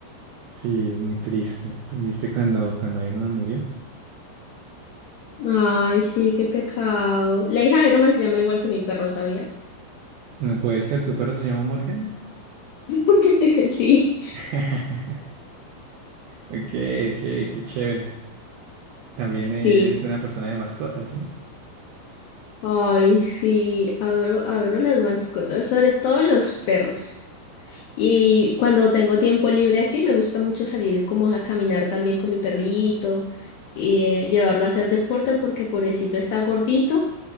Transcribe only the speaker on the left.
Ay, sí, qué pecado. La hija de Iron Man se llama igual que mi perro, ¿sabías?
<laughs> Sí,
sí.
Ay, sí, adoro, adoro las mascotas, sobre todo los perros. Y cuando tengo tiempo libre así, me gusta mucho salir como a caminar también con mi perrito y eh, llevarlo a hacer deporte porque pobrecito está gordito